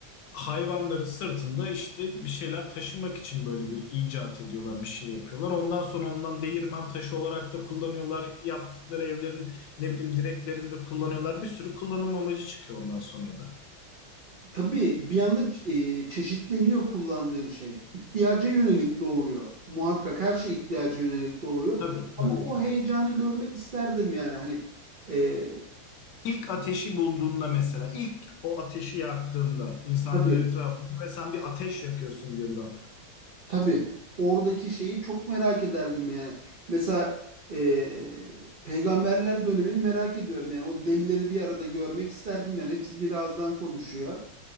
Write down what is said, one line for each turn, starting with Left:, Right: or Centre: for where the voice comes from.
Left: hayvanların sırtında işte bir şeyler taşımak için böyle bir icat ediyorlar, bir şey yapıyorlar. Ondan sonra ondan değirmen taşı olarak da kullanıyorlar. Yaptıkları evlerin ne bileyim direklerinde kullanıyorlar. Bir sürü kullanım amacı çıkıyor ondan sonra da.
Right: Tabii bir anda ç- e, çeşitleniyor kullandığın şey. İhtiyaca yönelik doğuyor. Muhakkak her şey ihtiyaca yönelik doğuyor.
Left: Tabii,
Right: Ama
Left: tabii
Right: o
Left: ki.
Right: heyecanı görmek isterdim yani. Hani e,
Left: İlk ateşi bulduğunda mesela, ilk o ateşi yaktığında insanlar
Right: tabii.
Left: etrafında ve sen bir ateş yakıyorsun birden.
Right: Tabii oradaki şeyi çok merak ederdim yani. Mesela eee, peygamberler dönemini merak ediyorum yani. O delileri bir arada görmek isterdim yani. Hepsi bir ağızdan konuşuyor.